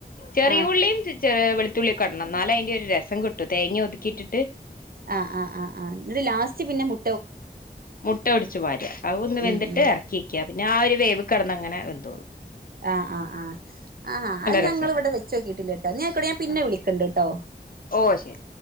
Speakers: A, on the left; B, on the right.
A: ചെറിയ
B: ആ
A: ഉള്ളിയും വെളു ഉള്ളി ക്കടണം എന്നാല അതിന്റെ ഒരു രസം കിട്ടു തേങ്ങ ഒതുക്കിട്ടിട്ട്.
B: അ അ അ അ നിട്ട് ലാസ്റ്റ് പിന്നെ മു
A: മുട്ട ഒടിച്ചു പാര് അത ഒന്ന് വെന്തിട്ട്
B: ഉം ഉം
A: ഇറക്കി വക്ക പിന്നെ ആ ഒരു വേവ കടന്ന് അങ്ങെനെ വെന്തോള്ളു
B: അ അ അ അ അത് ഞങ്ങൾ
A: രസാ
B: ഇവിടെ വെച്ച നോക്കിട്ടില്ല കേട്ടോ ഞാൻ പിന്നെ
A: ആഹ്
B: വിളിക്കണ്ട് കേട്ടോ
A: ഓഹ് ശരി